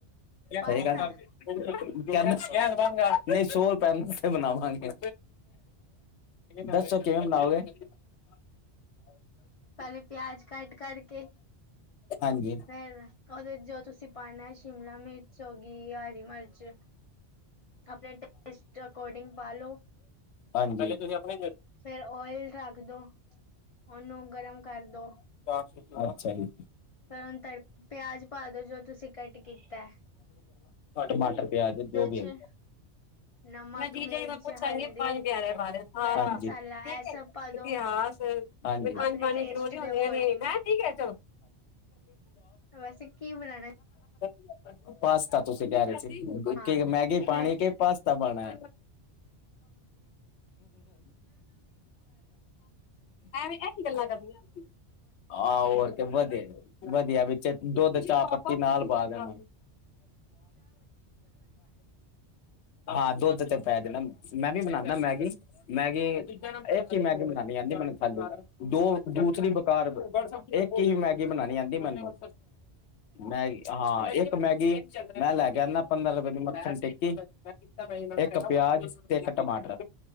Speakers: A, on the left (about 40°); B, on the left (about 75°).
A: ਪਾਸਤਾ
B: ਸਹੀ ਗੱਲ ਕਹਿ ਨਹੀਂ ਸੋ ਪੈਨ ਸੇ ਬਣਾਵਾਂਗੇ ਦੱਸੋ ਕਿਵੇਂ ਬਣਾਓਗੇ <inaudible>
A: ਪੈਲੇ ਪਿਆਜ ਕੱਟ ਕਰਕੇ
B: ਹਾਂਜੀ
A: ਫੇਰ ਉਹਦੇ ਜੋ ਤੁਸੀਂ ਪਾਣਾ ਏ ਸ਼ਿਮਲਾ ਮਿਰਚ ਹੋ ਗਈ ਯਾ ਹਰੀ ਮਿਰਚ ਆਪਣੇ ਟੇਸਟ ਦੇ ਅਕੋਰਡਿੰਗ ਪਾਲੋ
B: ਹਾਂਜੀ ਪੈਲੇ ਤੁਸੀਂ ਆਪਣੇ
A: ਫੇਰ ਓਇਲ ਰੱਖ ਦੋ ਓਨੂੰ ਗਰਮ ਕਰਦੋ
B: ਅੱਛਾ ਜੀ
A: ਫਿਰ ਹੁਣ ਤੜ ਪਿਆਜ ਪਾ ਦੋ ਜੋ ਤੁਸੀਂ ਕੱਟ ਕੀਤਾ ਏ
B: ਟਮਾਟਰ ਪਿਆਜ ਜੋਬੀ
A: ਚ
B: ਹੈ
A: ਨਮਕ
B: ਮੈਂ ਜੀਜਾ
A: ਮਿਰਚ
B: ਜੀ ਨੂੰ ਮੈਂ ਪੁੱਛਾਂਗੀ
A: ਹਲਦੀ
B: ਪੰਜ ਪਿਆਰਿਆਂ ਬਾਰੇ ਹਾ
A: ਗਰਮ
B: ਹਾ
A: ਮਸਾਲਾ
B: ਠੀਕ
A: ਇਹ ਸਭ
B: ਹੈ
A: ਪਾ
B: ਇਤਿਹਾਸ
A: ਦੋ
B: ਹਾਂਜੀ ਬਈ ਪੰਜ
A: ਆਪਣੇ
B: ਬਾਣੀਆ
A: ਟੇਸਟ
B: ਜ਼ਰੂਰੀ ਹੁੰਦੀਆਂ
A: ਦੇ ਅਕੋਰਡਿੰਗ
B: ਨੇ ਹੈ ਠੀਕ ਹੈ
A: ਵੈਸੇ ਕੀ ਬਣਾਣਾ
B: <inaudible> ਪਾਸਤਾ ਤੁਸੀਂ ਕਹਿ ਰਹੇ ਸੀ
A: ਹਾਂ
B: ਕਿ ਮੈਗੀ ਪਾਣੀ
A: ਫੇਰ
B: ਕਿ ਪਾਸਤਾ ਪਾਣਾ <unintelligible> ਐਵੇਂ ਐਹ ਕੀ ਗੱਲਾਂ ਕਰਨੀਆਂ, ਹਾ ਔ ਅੱਗੇ ਵਧੇ। ਵਧੀਆਂ ਵਿੱਚੇ ਦੁੱਧ ਚਾਹ ਪੱਤੀ ਨਾਲ਼ ਪਾ ਦੇਣਾਂ। ਹਾਂ ਦੁੱਧ ਤੇ ਪੱ ਪੈ ਦੇਣਾ, ਮੈਂ ਵੀ ਬਣਾਉਦਾ ਮੈਗੀ -ਮੈਗੀ ਇੱਕ ਹੀ ਮੈਗੀ ਬਣਾਣੀ ਆਂਦੀ ਮੈਨੂੰ ਖਾਲੀ। ਦੋ ਜੂਥ ਦੀ ਬੁਕਾਰ, ਇੱਕ ਹੀ ਮੈਗੀ ਬਣਾਣੀ ਆਂਦੀ ਮੈਂਨੂੰ। ਮੈਂਗੀ ਹਾਂ ਇੱਕ ਇੱਕ ਮੈਗੀ ਮੈਂ ਲ਼ੈ ਕੇ ਆਂਦਾ ਪੰਦਰਾਂ ਰੁਪਏ ਦੀ ਮੱਖਣ ਟਿੱਕੀ। ਇੱਕ ਪਿਆਜ਼ ਤਿੰਨ ਟਮਾਟਰ